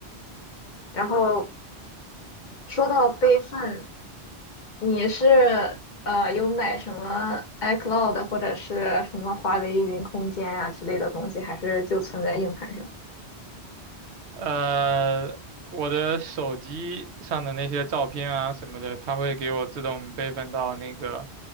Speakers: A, on the left; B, on the right.
A: 然后说到备份。你是呃有买什么 iCloud 或者是什么华为云空间啊之类的东西，还是就存在硬盘上？
B: 呃，我的手机上的那些照片啊什么的，它会给我自动备份到那个